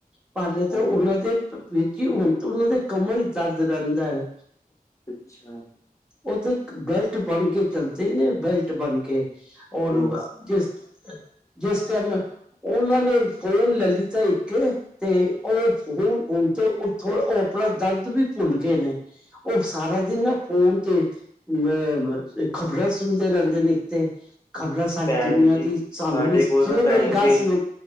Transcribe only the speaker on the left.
ਹਾਂਜੀ
ਅੱਛਾ।
ਉਹ
ਭੈਣ
ਜੀ
ਸਾਡੇ
ਕੋਲ ਤਾਂ
ਪੈਸੇ
ਸੀ